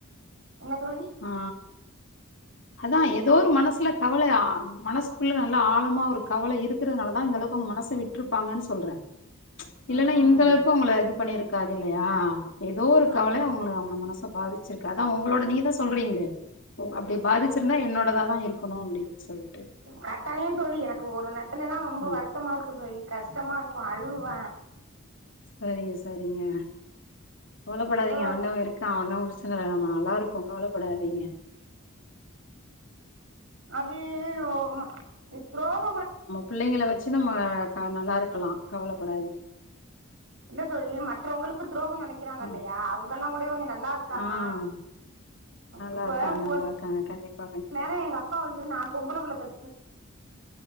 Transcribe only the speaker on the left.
ஆ அதா ஏதோ ஒரு மனசுல கவல மனசுக்குள்ள நல்ல ஆழமா ஒரு கவல இருக்குறதுனாலதா இந்தந்தளவுக்கு அவங்க மனச விட்டுருப்பாங்கன்னு சொல்ற இல்லன்னா
இந்த அளவுக்கு உங்கள இது பண்ணிருக்காதில்லையா ஏதோ ஒரு கவல
அவங்கள அவங்கள மனச பாதிச்சிருக்கு அதா அவங்களோட நீங்கதா சொ சொல்றீங்ளே ஓ அப்டி பாதிச்சிருந்தா என்னோடதா தா இருக்கணு அப்டின்னு சொல்ட்டு
ம்
சரிங்க சரிங்க கவலப்படாதீங்க
ஆண்டவ இருக் தானே முடிச்சிறவேனாமா நல்லாருப்போ கவலைப்படாதீங்க
பிள்ளைங்கள வச்சி நம்ம கா நல்லா இருக்கலா கவலப்படாதீங்க
ஆ
ஆ நல்லா
இருக்காங்க
நல்லா இருக்காங்க கண்டிப்பா கண்டிப்பா